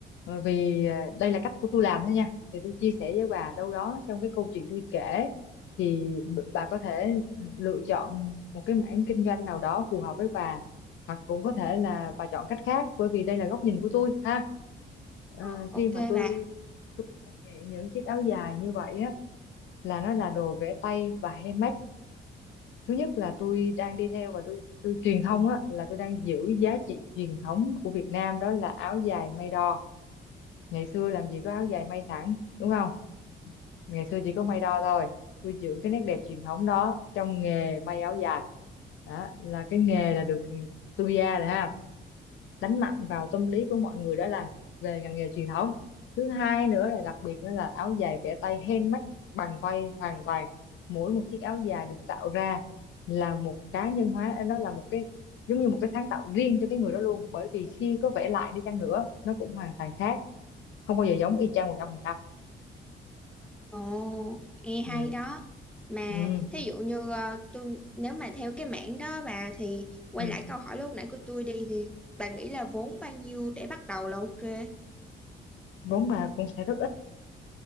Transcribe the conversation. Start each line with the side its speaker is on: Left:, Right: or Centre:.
Left: bởi vì à, đây là cách của tôi làm thôi nha thì tôi chia sẻ với bà đâu đó trong cái câu chuyện tôi kể thì b- bà có thể lựa chọn một cái mảng kinh doanh nào đó phù hợp với bà hoặc cũng có thể là bà chọn cách khác bởi vì đây là góc nhìn của tôi ha à,
Centre: ờ, ok
Left: khi mà tôi
Centre: bà
Left: tôi thực hiện những chiếc áo dài như vậy á là nó là đồ vẽ tay và handmade thứ nhất là tôi đang đi theo và tôi tôi truyền thông á là tôi đang giữ giá trị truyền thống của Việt Nam đó là áo dài may đo ngày xưa làm gì có áo dài may sẵn đúng không ngày xưa chỉ có may đo thôi tôi giữ cái nét đẹp truyền thống đó trong nghề may áo dài đó là cái nghề là được tôi bia rồi ha đánh mạnh vào tâm lý của mọi người đó là về ngành nghề truyền thống thứ hai nữa là đặc biệt đó là áo dài vẽ tay handmade bằng tay hoàn toàn mỗi một chiếc áo dài được tạo ra là một cá nhân hóa nó là một cái giống như một cái sáng tạo riêng cho cái người đó luôn bởi vì khi có vẽ lại đi chăng nữa nó cũng hoàn toàn khác không bao giờ giống y chang một trăm phần trăm
Centre: ồ nghe hay
Left: ừ
Centre: đó mà
Left: ừ
Centre: thí dụ như ờ, tôi nếu mà theo cái mảng đó bà thì quay
Left: Ừ.
Centre: lại câu hỏi lúc nãy của tôi đi thì bà nghĩ là vốn bao nhiêu để bắt đầu là ok
Left: vốn mà cũng sẽ rất ít